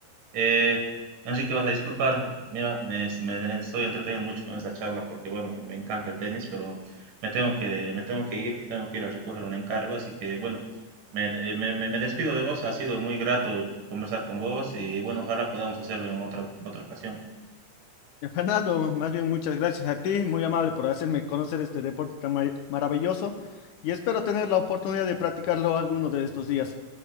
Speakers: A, on the right (about 75°); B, on the left (about 75°).
A: Eh, Enrique, vas a disculpar, mira, me, me estoy entreteniendo mucho con esta charla porque, bueno, me encanta el tenis, pero me tengo que, me tengo que ir, tengo que ir a recoger un encargo, así que, bueno, me, me- me- me despido de vos, ha sido muy grato conversar con vos y, bueno, ojalá podamos hacerlo en otra, en otra ocasión.
B: Eh, Fernando, más bien muchas gracias a ti, muy amable por hacerme conocer este deporte tan ma- maravilloso y espero tener la oportunidad de practicarlo alguno de estos días.